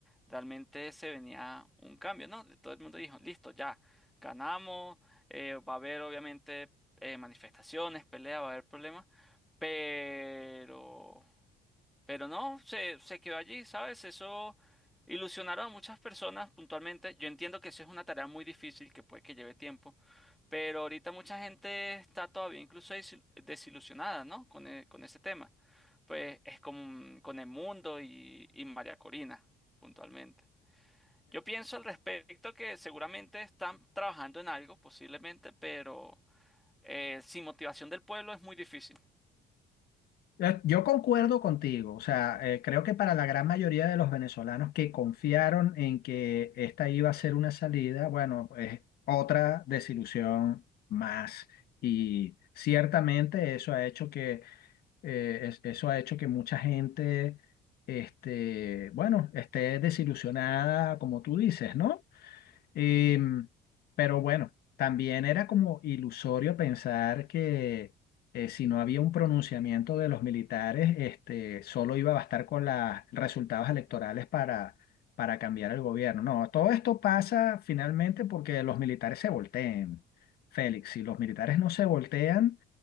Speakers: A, in the centre; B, on the left.
A: realmente se venía un cambio, ¿no? Todo el mundo dijo, listo, ya, ganamos, eh, va a haber obviamente eh, manifestaciones, peleas, va a haber problemas, pero... Pero no, se, se quedó allí, ¿sabes? Eso ilusionaron a muchas personas puntualmente. Yo entiendo que eso es una tarea muy difícil, que puede que lleve tiempo, pero ahorita mucha gente está todavía incluso desi- desilusionada, ¿no? Con, e- con ese tema. Pues es con, con el mundo y, y María Corina, puntualmente. Yo pienso al respecto que seguramente están trabajando en algo, posiblemente, pero eh, sin motivación del pueblo es muy difícil.
B: Eh, Yo concuerdo contigo, o sea, eh, creo que para la gran mayoría de los venezolanos que confiaron en que esta iba a ser una salida, bueno, es otra desilusión más. Y ciertamente eso ha hecho que, eh, es- eso ha hecho que mucha gente, este, bueno, esté desilusionada, como tú dices, ¿no? Em, pero bueno, también era como ilusorio pensar que eh, si no había un pronunciamiento de los militares, este, solo iba a bastar con los resultados electorales para, para cambiar el gobierno. No, todo esto pasa finalmente porque los militares se volteen, Félix. Si los militares no se voltean,